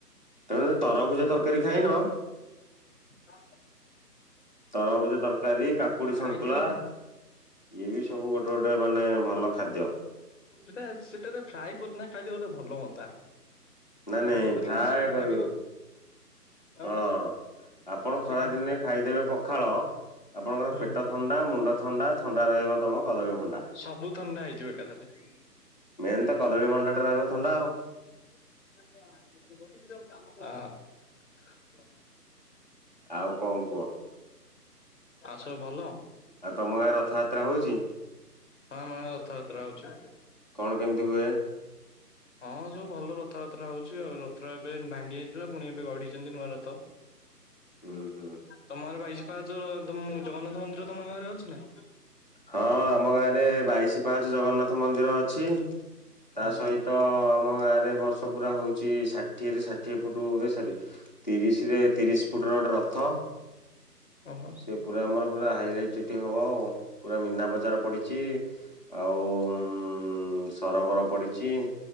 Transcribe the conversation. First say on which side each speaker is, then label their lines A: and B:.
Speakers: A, on the left; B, on the left.
A: ତମେ ତରଭୁଜ ତରକାରୀ ଖାଇନ?
B: ଆ
A: ତରଭୁଜ ତରକାରୀ କାକୁଡି ସନ୍ତୁଳା
B: ଖାଇଥିଲି
A: ଇଏ ବି ସବୁ ଗୋଟେ ଗୋଟେ ମାନେ ଭଲ ଖାଦ୍ୟ।
B: ସେଟା ସେଟ ଫ୍ରାଏ କରି ଖାଇଲେ ଗୋଟେ ଭଲ ହୁଅନ୍ତା।
A: ନାଇଁ ନାଇଁ
B: ଖାଇ କରିକିନା
A: ପ୍ରା
B: ସେଇ ଖାଦ୍ୟଟାକୁ
A: କରିବି
B: ଆଉ
A: ହଁ ଆପଣ
B: ସେ
A: ଖରାଦିନେ
B: ଖା
A: ଖାଇଦେବେ ପଖାଳ ଆପଣଙ୍କର
B: ହୁଁ
A: ପେଟ ଥଣ୍ଡା ମୁଣ୍ଡ ଥଣ୍ଡା ଥଣ୍ଡା ରହିବ ତମ କଦଳୀ ଭଣ୍ଡା।
B: ସବୁ ଥଣ୍ଡା ହେଇଯିବ ଏକାଥରେ।
A: ମେନ୍ ତ କଦଳୀ ଭଣ୍ଡା ଟା ରହିବ ଥଣ୍ଡା ଆଉ।
B: <unintelligible> କାମ <inaudible>
A: ଆଉ କଣ କୁହ?
B: ଆଉ ସବୁ ଭଲ?
A: ଆଉ ତମ ଗାଁ ରଥଯାତ୍ରା ହେଉଛି।
B: ହଁ ମ ରଥଯାତ୍ରା ହଉଛି।
A: କଣ କେମିତି ହୁଏ?
B: ହଁ ସବୁ ଭଲ ରଥଯାତ୍ରା ହଉଛି ଆଉ ରଥ ଏବେ ଭାଙ୍ଗି ଯାଇଥିଲା ପୁଣି ଏବେ ଗଢିଛନ୍ତି ନୂଆ ରଥ।
A: ଉୁଁ ହୁଁ
B: ତମର ପାଇା ପାହାଚ ଜଗନ୍ନାଥ ମନ୍ଦିର ତମ ଗାଁରେ ଅଛି ନା।
A: ହଁ ଆମ ଗାଁରେ ବାଇଶି ପାହାଚ ଜଗନ୍ନାଥ ମନ୍ଦିର ଅଛି। ତା
B: ହୁଁ
A: ସହିତ ଆମ ଗାଁ ରେ ବର୍ଷ ପୁରା ହଉଛି ଷାଠି ଷାଠିଏରେ ଷାଠିଏ ଫୁଟ ଏ ସରି ତିରିଶିରେ ତିରିଶ ଫୁଟର ଗୋଟେ ରଥ।
B: ଓହୋ ହୁଁ
A: ସେ ପୁରା ଆମର ପୁରା ହାଇଲାଇଟିଟି ହବ ଆଉ। ପୁରା ମୀନା ବଜାର ପଡ଼ିଛି ଆଉ ଉମ୍ ସରୋବର ପଡ଼ିଚି।